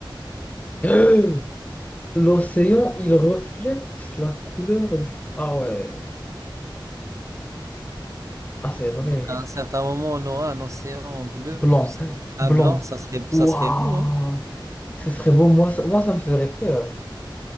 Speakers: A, on the left; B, on the right.
A: Euh, L'océan, il reflète la couleur du... Ah ouais, ah c'est vrai.
B: Donc, à un certain moment, on aura un océan bleu,
A: Blanc,
B: ça- à
A: blanc.
B: blanc, ça serait,
A: Waouh,
B: ça serait beau, hein.
A: ce serait beau. Moi ça, moi, ça me ferait peur.